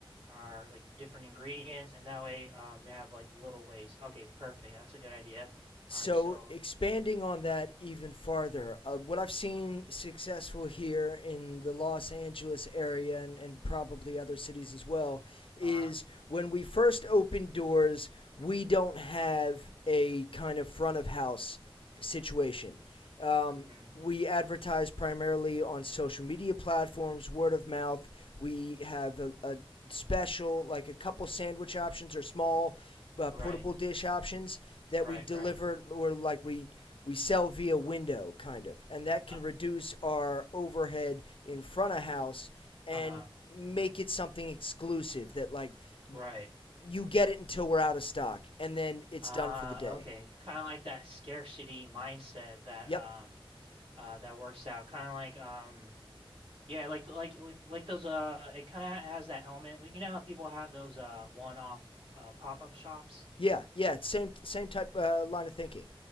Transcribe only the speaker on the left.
so
expanding on that even farther, uh, what I've seen successful here in the Los Angeles area and, and probably other cities as well is
when we first open doors, we don't have a kind of front of house situation. Um,
we advertise primarily on social media platforms, word of mouth. We have a, a special, like a couple sandwich options or small uh,
portable dish options that
we deliver
or like we we sell via window kind of and that can
reduce our overhead in front of house and
make it something exclusive that like y-
you get it until we're out of stock and then it's
done for the day
yep
yeah yeah same same type uh, line of thinking